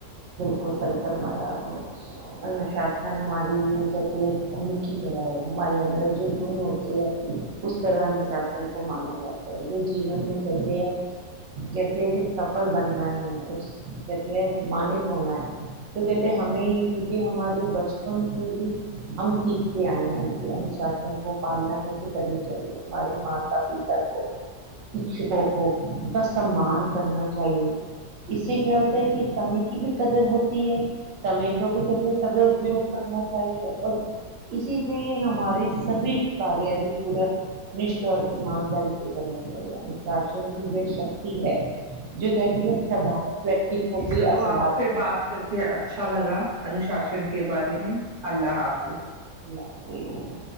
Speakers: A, on the right (about 65°); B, on the right (about 40°).
A: بالکل صحیح فرمایا آپ نے انوشاسن ہمارے لیے کہتے ایک گن کی طرح ہے ہمارے اندر جو گن ہوتے ہیں اس طرح انوشاسن کو مانا جاتا ہے جو جیون میں چلتے ہیں کہتے ہے کہ سفل بننا ہے اس کہتے مانت ہونا ہے تو کہتے ہے ہمیں یہ چیزیں ہمارے بچپن سے ہی ہم سیکھتے آئے ہیں یہ انوشاسن ان کو پالنا کیسے کرنی چاہیے ہمارے ماتا پتا کو شکشکوں کو کا سمان کرنا اس سے کیا ہوتا ہے کہ سمے کی بھی قدر ہوتی ہے کبھی کبھی سدپیوگ کرنا چاہیے اور اسی سے ہی ہمارے سبھی کاریہ بھی پورا نشٹ اور ایمانداری سے کرنا چاہیے انشاسن کی جو شکتی ہے جو کہتی ہے سدھارن ویکتی کو بھی
B: چلو
A: اسدھارن
B: آپ سے بات کر کے اچھا لگا انوشاسن کے بارے میں اللہ حافظ
A: <unintelligible>